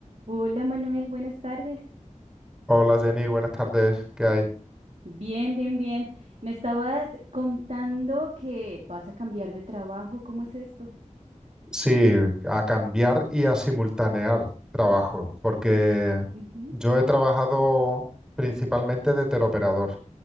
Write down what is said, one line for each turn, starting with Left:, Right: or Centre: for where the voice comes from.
Right: Hola Manuel, buenas tardes.
Centre: Hola Jenny, buenas tardes. ¿Qué hay?
Right: Bien, bien, bien. Me estabas contando que vas a cambiar de trabajo. ¿Cómo es esto?
Centre: Sí, a cambiar y a simultanear trabajo, porque
Right: Ujú.
Centre: yo he trabajado principalmente de teleoperador,